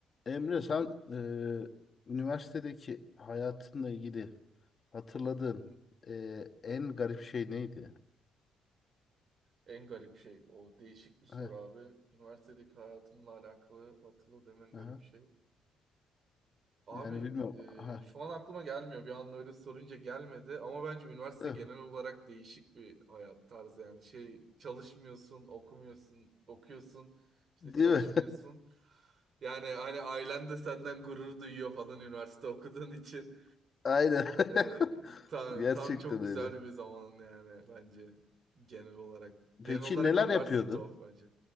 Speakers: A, on the left (about 40°); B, on the right (about 55°).
A: Emre sen eee, üniversitedeki hayatınla ilgili hatırladığın
B: Hı.
A: eee, en garip şey neydi?
B: En garip şey o değişik bir soru
A: Heh,
B: abi. Üniversitedeki hayatımla alakalı hatırladığım en garip
A: aha.
B: şey. Abi
A: Yani bilmiyorum. Aha.
B: e, şu an aklıma gelmiyor. Bir anda öyle sorunca gelmedi. Ama bence üniversite
A: Eh,
B: genel olarak değişik bir hayat tarzı. Yani şey çalışmıyorsun, okumuyorsun, okuyorsun, işte
A: Değil
B: çalışmıyorsun.
A: mi?
B: Yani hani ailen de senden gurur duyuyor falan üniversite okuduğun için.
A: <laughs> Aynen.
B: Hani
A: <laughs>
B: ta-
A: Gerçekten
B: tam çok güzel
A: öyle.
B: bir zaman yani bence genel olarak. Genel
A: Peki
B: olarak
A: neler
B: üniversite
A: yapıyordun?
B: tuhaf bence.